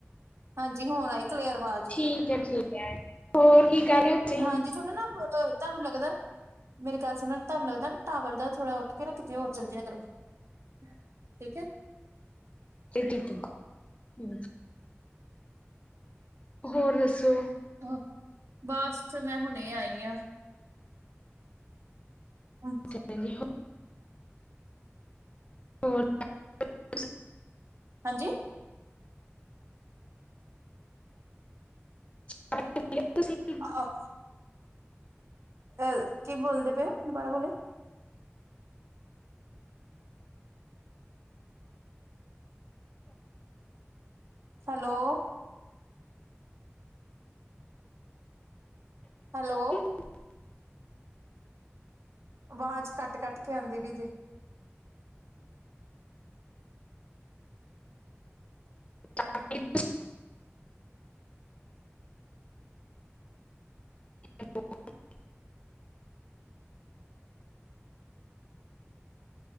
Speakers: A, on the right (about 75°); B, on the left (about 25°).
A: ਹਾਂਜੀ, ਹੁਣ ਆਈ ਕਲੇਅਰ ਆਵਾਜ਼।
B: ਠੀਕ-ਠੀਕ ਹੈ ਹੋਰ ਕੀ ਕਰਹਿ ਤੁਸੀਂ?
A: ਹਾਂਜੀ,
B: ਰਹੇ ਹੋ?
A: ਥੋੜਾ ਨਾ ਤੁਹਾਨੂੰ ਲੱਗਦਾ ਮੇਰੀ ਗੱਲ ਸੁਣ ਤੁਹਾਨੂੰ ਲੱਗਦਾ ਨਾ ਟਾਵਰ ਦਾ ਥੋੜ੍ਹਾ ਉੱਠ ਕੇ ਕਿਤੇ ਹੋਰ ਚੱਲ ਜਾਿਆ ਕਰੋਂ। ਹਾਂ, ਠੀਕ ਹੈ।
B: ਠੀਕ ਹਮ <unintelligible> ਹੋਰ ਦੱਸੋ?
A: ਹ ਬਸ ਮੈਂ ਹੁਣੇ ਆਈ ਹਾਂ। ਅੱਛ
B: ਹਾਂਜੀ ਹ ਹੋਰ <unintelligible>
A: ਹਾਂਜੀ।
B: ਤੁਸੀਂ?
A: ਆਹੋਹ ਸਹ ਕੀ ਥੋਲਦੇ ਪਉ ਦੁਬਾਰਾ ਬੋਲਯੋ। ਹੈਲੋ। ਹੈਲੋ।
B: <unintelligible>
A: ਆਵਾਜ਼ ਕੱਟ-ਕੱਟ ਕੇ ਆਉਂਦੀ ਪਈ ਜੇ
B: ਹਾਂ <unintelligible> <unintelligible>